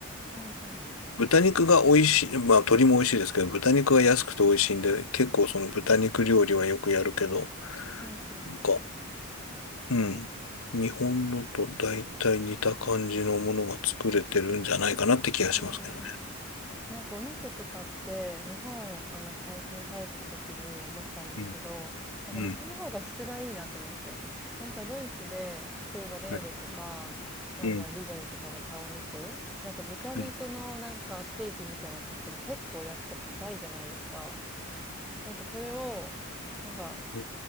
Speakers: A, in the centre; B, on the left.
A: うん、ふん。
B: 豚肉が美味しい、まあ、鶏も美味しいですけど、豚肉が安くて美味しいんで、結構その豚肉料理はよくやるけど、
A: うん、ふん。
B: なんか、うん。日本のと大体似た感じのものが作れてるんじゃないかなって気がしますけどね。
A: えーなんかお肉とかって、日本、あの、最近帰った時に思ったんですけど、
B: うん、
A: なんか日本の方が質がいいなと思って。
B: うん、
A: なんかドイツで、例えばレーベとか、
B: はい、
A: なんだろう、
B: うん、
A: リドルとかで買うお肉、なんか豚肉のなんかステーキみたいなの買っても結構焼くと硬いじゃないですか。
B: はい。
A: なんかそれを、なんか
B: う